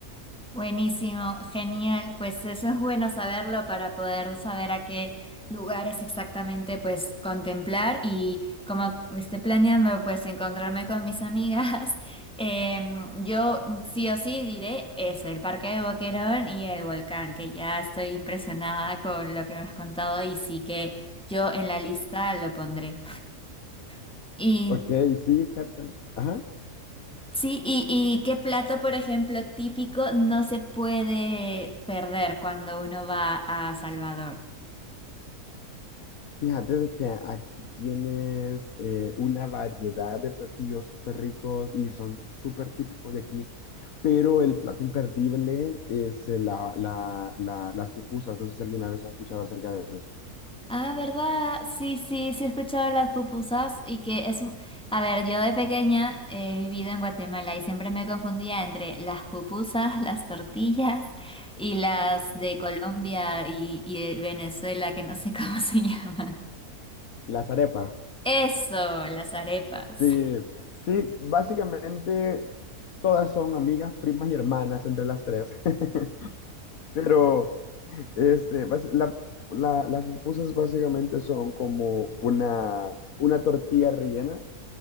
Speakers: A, in the centre; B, on the left.
A: Buenísimo, genial. Pues eso es bueno saberlo para poder saber a qué lugares exactamente pues contemplar y como esté planeando pues encontrarme con mis amigas, <laughs> em, yo sí o sí diré es el Parque de Boquerón y el volcán, que ya estoy impresionada con lo que me has contado y sí que yo en la lista lo pondré. <laughs> y
B: Ok, sí, fíjate. Ajá.
A: Sí, y, y qué plato, por ejemplo, típico no se puede perder cuando uno va a Salvador.
B: Fíjate de que aquí tienes eh, una variedad de platillos súper ricos y son súper típicos de aquí, pero el plato imperdible es eh, la, la- la- las pupusas. No sé si alguna vez has escuchado acerca de eso.
A: Ah, ¿verdad? Sí, sí, sí he escuchado las pupusas y que es un... A ver, yo de pequeña he vivido en Guatemala y siempre me confundía entre las pupusas, <laughs> las tortillas y las de Colombia y, y de Venezuela, que no sé <laughs> cómo se llaman.
B: Las arepas.
A: Eso, las arepas.
B: Sí, sí, básicamente todas son amigas, primas y hermanas entre las tres, <laughs> pero este, bas- la- la- las pupusas básicamente son como una, una tortilla rellena.